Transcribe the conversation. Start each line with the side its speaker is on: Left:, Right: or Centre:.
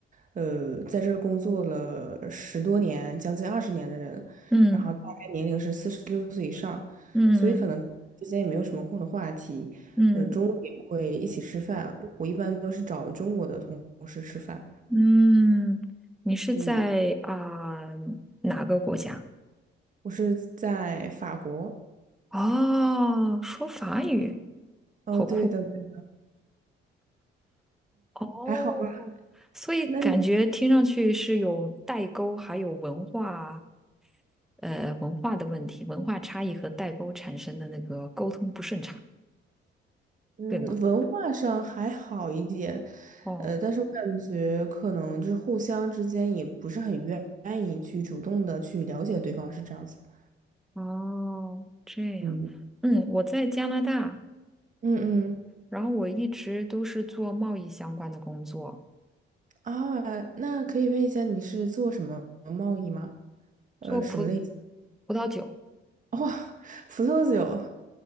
Right: 呃，在这儿工作了十多年，将近二十年的人，
Centre: 嗯
Right: 然后大概年龄是四十六岁以上，
Centre: 嗯嗯
Right: 所以可能之间也没有什么共同话题，
Centre: 嗯
Right: 呃，中午也不会一起吃饭，我一般都是找中国的同事吃饭。
Centre: 嗯，你是在啊、
Right: 嗯，
Centre: 哪个国家？
Right: 我是在法国。
Centre: 哦，说法语，
Right: 哦，
Centre: 好酷
Right: 对的，对
Centre: 哦！
Right: 还好吧。
Centre: 所以感觉听上去是有代沟，
Right: 那
Centre: 还有文化呃文化的问题，文化差异和代沟产生的那个沟通不顺畅，
Right: 嗯，
Centre: 对吗？
Right: 文化上还好一点，
Centre: 哦，
Right: 呃，但是我感觉可能就是互相之间也不是很愿愿意去主动的去了解对方，是这样子的
Centre: 哦，这样，
Right: 嗯
Centre: 嗯，我在加拿大，
Right: 嗯嗯
Centre: 然后我一直都是做贸易相关的工作，
Right: 啊，那可以问一下你是做什么贸易吗？呃，
Centre: 做葡
Right: 什么类？
Centre: 葡萄酒，
Right: 哇，葡萄酒，